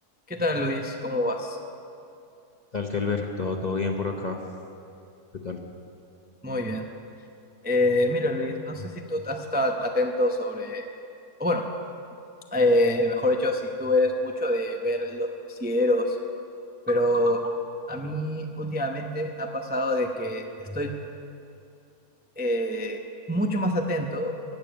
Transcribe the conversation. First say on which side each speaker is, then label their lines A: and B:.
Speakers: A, on the right; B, on the left.
A: ¿Qué tal, Luis? ¿Cómo vas?
B: Tal, Kelber, todo, todo bien por acá. ¿Qué tal?
A: Muy bien. Eh, mira, Luis, no sé si tú has estado atento sobre, o bueno, eh, mejor dicho, si tú eres mucho de ver los noticieros, pero a mí últimamente ha pasado de que estoy eh, mucho más atento,